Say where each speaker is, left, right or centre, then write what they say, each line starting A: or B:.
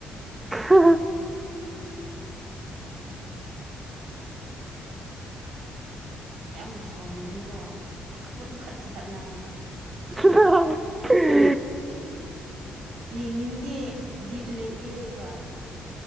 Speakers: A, on the right; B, on the right.
A: ꯍꯥ ꯍꯥ
B: <unintelligible> ꯌꯥꯝ ꯁꯥꯎꯅꯤꯡꯉꯤꯀꯣ ꯑꯗꯨꯝ ꯈꯠꯁꯨ ꯈꯠꯅꯩ
A: <unintelligible>
B: ꯌꯦꯡꯅꯤꯡꯗꯦ ꯕꯤꯠ ꯂꯩꯇꯦ ꯀꯥꯏꯅ